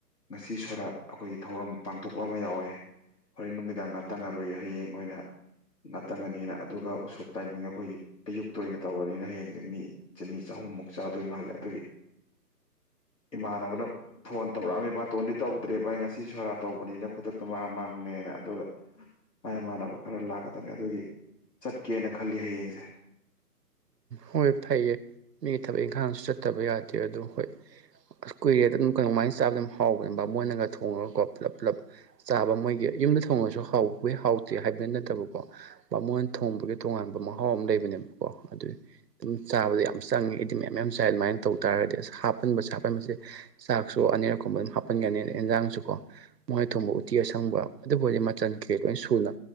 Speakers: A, on the left; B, on the right.
A: ꯉꯁꯤ ꯁꯣꯔꯥꯠ ꯑꯩꯈꯣꯏꯒꯤ ꯊꯧꯔꯝ ꯄꯥꯡꯊꯣꯛꯄ ꯑꯃ ꯌꯥꯎꯋꯦ ꯍꯣꯔꯦꯟ ꯅꯨꯃꯤꯗꯥꯡ ꯉꯥꯛꯇꯪ ꯉꯔꯣꯏ ꯍꯌꯦꯡ ꯑꯣꯏꯅ ꯉꯥꯛꯇꯪꯉꯅꯤꯅ ꯑꯗꯨꯒ ꯎꯁꯣꯞ ꯇꯥꯏꯃꯤꯡ ꯑꯩꯈꯣꯏꯒꯤ ꯑꯌꯨꯛꯇ ꯑꯣꯏꯅ ꯇꯧꯔꯅꯤꯅ ꯍꯌꯦꯡꯁꯦ ꯃꯤ ꯆꯅꯤ ꯆꯍꯨꯝꯃꯨꯛ ꯃꯨꯛ ꯆꯥꯗꯣꯏ ꯃꯥꯜꯂꯦ ꯑꯗꯨꯒꯤ ꯏꯃꯥꯟꯅꯕꯅ ꯐꯣꯟ ꯇꯧꯔꯛꯑꯝꯃꯤ ꯕꯥꯇꯣꯟꯗꯤ ꯇꯧꯗ꯭ꯔꯦ ꯚꯕꯥ ꯉꯁꯤ ꯁꯣꯔꯥꯠ ꯇꯧꯕꯅꯤꯅ ꯈꯨꯗꯛꯇ ꯃꯔꯥꯡ ꯃꯔꯥꯡ ꯈꯪꯅꯦꯅ ꯑꯗꯨꯒ ꯃꯥꯢ ꯃꯥꯟꯅꯕ ꯈꯔ ꯂꯥꯛꯀꯗꯕꯅꯦ ꯑꯗꯨꯒꯤ ꯆꯠꯀꯦꯅ ꯈꯜꯂꯤ ꯍꯌꯦꯡꯁꯦ
B: ꯍꯣꯏ ꯐꯩꯌꯦ ꯃꯤꯒꯤ ꯊꯕꯛ ꯏꯪꯈꯥꯡꯁꯨ ꯆꯠꯇꯕ ꯌꯥꯗꯦ ꯑꯗꯨ ꯍꯣꯏ ꯑꯁ ꯀꯨꯏꯔꯦ ꯑꯗꯨꯝ ꯀꯩꯅꯃꯥꯏꯅ ꯆꯥꯕꯗꯨ ꯑꯗꯨꯝ ꯍꯥꯎꯕꯅꯦ ꯚꯃꯣꯟꯅꯒ ꯊꯣꯡꯉꯒꯀꯣ ꯄꯨꯂꯞ ꯄꯨꯂꯞ ꯆꯥꯕ ꯃꯣꯏꯒꯤ ꯌꯨꯝꯗ ꯊꯣꯡꯉꯁꯨ ꯍꯥꯎꯋꯤ ꯍꯥꯎꯇꯦ ꯍꯥꯏꯕꯗꯤ ꯅꯠꯇꯕꯀꯣ ꯚꯃꯣꯟꯅ ꯊꯣꯡꯕꯒꯤ ꯇꯣꯉꯥꯟꯕ ꯃꯍꯥꯎ ꯑꯃ ꯂꯩꯕꯅꯦ ꯀꯣ ꯑꯗꯨ ꯑꯗꯨꯝ ꯆꯥꯕꯗ ꯌꯥꯝ ꯆꯪꯉꯦ ꯑꯩꯗꯤ ꯃꯌꯥꯝ ꯌꯥꯝ ꯆꯥꯏ ꯑꯗꯨꯃꯥꯏꯅ ꯇꯧ ꯇꯥꯔꯒꯗꯤ ꯑꯁ ꯍꯥꯞꯄꯟꯕꯁꯦ ꯍꯥꯞꯄꯟꯕꯁꯦ ꯆꯥꯛꯁꯨ ꯑꯅꯤꯔꯛꯀꯨꯝꯕ ꯍꯥꯞꯄꯟꯒꯅꯤ ꯢꯖꯥꯡꯁꯨꯀꯣ ꯃꯣꯏꯅ ꯊꯨꯝꯕ ꯎꯇꯤ ꯑꯁꯪꯕ ꯑꯗꯨꯕꯨꯗꯤ ꯃꯜꯆꯥꯜ ꯀꯩ ꯂꯣꯏ ꯁꯨꯅ